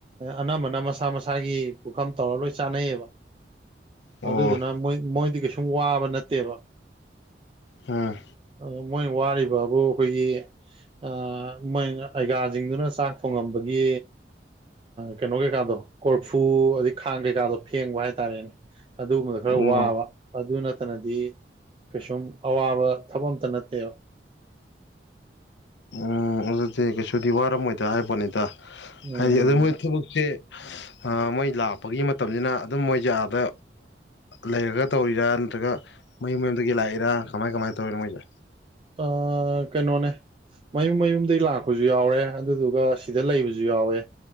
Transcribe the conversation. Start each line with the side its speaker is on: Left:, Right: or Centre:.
Right: ꯑꯅꯝꯕꯅ ꯃꯁꯥ ꯃꯁꯥꯒꯤ ꯄꯨꯈꯝ ꯇꯧꯔꯒ ꯂꯣꯏ ꯆꯥꯅꯩꯌꯦꯕ
Left: ꯑꯣ
Right: ꯑꯗꯨꯗꯨꯅ ꯃꯣꯏ ꯃꯣꯏꯗꯤ ꯀꯩꯁꯨꯝ ꯋꯥꯕ ꯅꯠꯇꯦꯕ
Left: ꯍꯝ
Right: ꯑ ꯃꯣꯏ ꯋꯥꯔꯤꯕꯕꯨ ꯑꯩꯈꯣꯏꯒꯤ ꯑ ꯃꯣꯏ ꯑꯩꯒꯥꯁꯤꯡꯗꯨꯅ ꯆꯥꯛ ꯊꯣꯡꯉꯝꯕꯒꯤ ꯀꯩꯅꯣ ꯀꯩꯀꯥꯗꯣ ꯀꯣꯔꯐꯨ ꯑꯗꯩ ꯈꯥꯡ ꯀꯩꯀꯥꯗꯣ ꯐꯦꯡꯕ ꯍꯥꯏꯇꯥꯔꯦꯅꯦ ꯑꯗꯨꯒꯨꯝꯕꯗ ꯈꯔ
Left: ꯎꯝ ꯑꯣ
Right: ꯋꯥꯕ ꯑꯗꯨ ꯅꯠꯇꯅꯗꯤ <unintelligible> ꯀꯩꯁꯨꯝ ꯑꯋꯥꯕ ꯊꯕꯛ ꯑꯝꯇ ꯅꯠꯇꯦꯕ
Left: ꯎꯝ ꯑꯗꯨꯗꯤ ꯀꯩꯁꯨꯗꯤ ꯋꯥꯔꯝꯃꯣꯏꯗ ꯍꯥꯏꯕꯅꯤꯗ
Right: ꯎꯝ
Left: ꯍꯥꯏꯗꯤ ꯑꯗ ꯃꯣꯏ ꯊꯕꯛꯁꯦ ꯑ ꯃꯣꯏ ꯂꯥꯛꯄꯒꯤ ꯃꯇꯝꯅꯤꯁꯤꯅ ꯑꯗꯨꯝ ꯃꯣꯏꯖꯦ ꯑꯥꯗ ꯂꯩꯔꯒ ꯇꯧꯔꯤꯔꯥ ꯅꯠꯇ꯭ꯔꯒ ꯃꯌꯨꯝ ꯃꯌꯨꯝꯗꯒꯤ ꯂꯥꯛꯏꯔꯥ ꯀꯃꯥꯏ ꯀꯃꯥꯏꯅ ꯇꯧꯔꯤꯅꯣ ꯃꯣꯏꯁꯦ
Right: ꯑ ꯀꯩꯅꯣꯅꯦ ꯃꯌꯨꯝ ꯃꯌꯨꯝꯗꯒꯤ ꯂꯥꯛꯄꯁꯨ ꯌꯥꯎꯔꯦ ꯑꯗꯨꯗꯨꯒ ꯁꯤꯗ ꯂꯩꯕꯁꯨ ꯌꯥꯎꯋꯦ